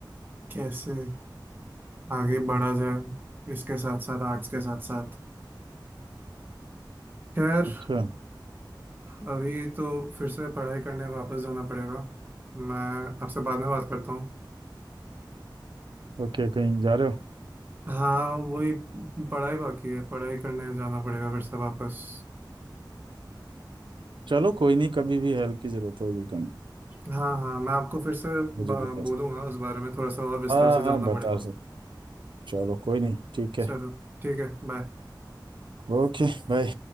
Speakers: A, on the right; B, on the right.
A: कैसे आगे बढ़ा जाए इसके साथ साथ आर्ट्स के साथ साथ खैर
B: अच्छा
A: अभी तो फिर से पढ़ाई करने वापस जाना पड़ेगा मैं आपसे बाद में बात करता हूँ
B: ओके कहीं जा रहे हो
A: हाँ वही पढ़ाई बाकी है पढ़ाई करने जाना पड़ेगा फिर से वापस
B: चलो कोई नहीं कभी भी हेल्प की जरूरत हो यू कैन
A: हाँ हाँ मैं आपको फिर से ब-
B: मुझे बता
A: बोलूंगा उस बारे में थोड़ा सा और विस्तार
B: हाँ
A: से
B: हाँ
A: जानना
B: बता
A: पड़ेगा
B: सकते चलो कोई नहीं ठीक है
A: चलो ठीक है बाय
B: Okay bye